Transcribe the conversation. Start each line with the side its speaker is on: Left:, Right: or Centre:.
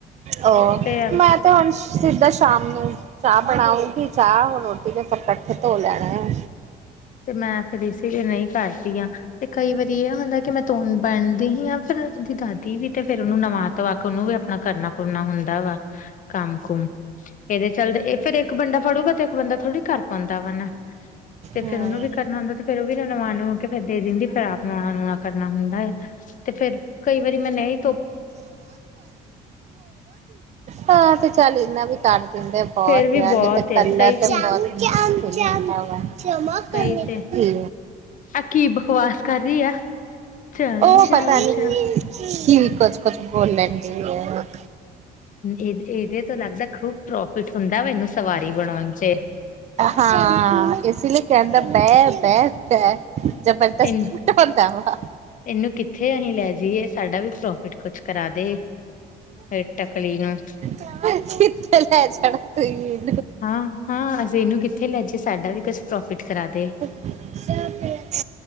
Right: ਉਹਹ
Left: ਤੇ
Right: ਮੈਂ ਤੇ ਹੁਣ ਸਿੱਧਾ ਸ਼ਾਮ ਨੂੰ। ਚਾਹ ਬਣਾਉਗੀ ਚਾਹ ਉਹ ਰੋਟੀ ਤੇ ਫਿਰ ਕੱਠੇ ਧੋ ਲੈਣਾ।
Left: ਤੇ ਮੈਂ ਫਿਰ ਇਸ ਲਈ ਨਈ ਕਰਦੀ ਹਾਂ ਤੇ ਕਈ ਵਾਰੀ ਇਹ ਹੁੰਦਾ ਕਿ ਮੈਂ ਧੋਣ ਬਣਦੀ ਹੀ ਆ ਫਿਰ ਦੀ ਦਾਦੀ ਵੀ ਤੇ ਫ਼ਿਰ ਉਹਨੂੰ ਨਵਾ ਤਵਾ ਕੇ ਉਹਨੂੰ ਵੀ ਆਪਣਾ ਕਰਨਾ ਕੁਰਨਾ ਹੁੰ ਦਾ ਵਾ ਕੰਮ ਕੁਮ। ਇਹਦੇ ਚਲਦੇ ਇਹ ਫਿਰ ਇੱਕ ਬੰਦਾ ਫੜੂਗਾ ਤੇ ਇੱਕ ਬੰਦਾ ਥੋੜ੍ਹੀ ਕਰ ਪਾਉਂਦਾ ਵਾ ਨਾ। ਤੇ ਫੇਰ
Right: ਹਮ
Left: ਉਹਨੂੰ ਵੀ ਕਰਨਾ ਹੁੰਦਾ ਤੇ ਫੇਰ ਉਹ ਵੀ ਨਵਾ ਨਬੂ ਕੇ ਫਿਰ ਦੇ ਦਿੰਦੀ ਫਿਰ ਆਪ ਨੂੰ ਆਣਾ ਨੂਣਾ ਕਰਨਾ ਹੁੰਦਾ ਹੈ। ਤੇ ਫੇਰ ਕਈ ਵਾਰੀ ਮੈਂ ਨਈ
Right: ਹਾਂ ਤੇ ਚੱਲ ਇਨਾ ਵੀ ਕਹਿੰਦੇ ਬਹੁਤ
Left: ਫੇਰ ਵੀ
Right: ਤਿਆ
Left: ਬਹੁਤ
Right: ਨੇ ਤੇ ਕਲਰ
Left: ਆ ਸਹੀ ਚ
Right: ਤੇ ਬਹੁਤ <unintelligible> ਵਾ। ਜਮ੍ਹਾਂ ਕਰਨ
Left: ਸਹੀ ਚ
Right: ਕੀ
Left: ਆ ਕੀ ਬਕਵਾਸ ਕਰ ਰਹੀ ਆ ਚਮ
Right: ਉਹ
Left: ਚਮ
Right: ਪਤਾ ਨੀ
Left: ਚ
Right: ਕੀ ਕੁੱਝ-ਕੁਝ ਬੋਲ ਲੈਂਦੀ ਹੈ।
Left: ਇਹ ਇਹਦੇ ਤੋਂ ਲੱਗਦਾ ਖੂਬ ਪ੍ਰੋਫਿਟ ਹੁੰਦਾ ਵ ਇਹਨੂੰ ਸਵਾਰੀ ਬਣਾਉਣ ਚ।
Right: ਹਾਂ ਇਸ ਲਈ ਕਹਿੰਦਾ ਬਹਿ-ਬਹਿ ਬੈ ਜਬਰਦਸਤੀ।
Left: ਇਨ
Right: <inaudible>
Left: ਇਹਨੂੰ ਕਿੱਥੇ ਅਹੀ ਲੈ ਜਾਈਏ। ਸਾਡਾ ਵੀ ਪ੍ਰੋਫਿਟ ਕੁਛ ਕਰਾ ਦੇ ਫਿਰ ਟਕਲੀ ਆ।
Right: <inaudible>
Left: ਹਾਂ-ਹਾਂ ਅਸੀਂ ਇਹਨੂੰ ਕਿੱਥੇ ਲੈਜੇ ਸਾਡਾ ਵੀ ਕੁਛ ਪ੍ਰੋਫਿਟ ਕਰਾ ਦੇ।
Right: <inaudible>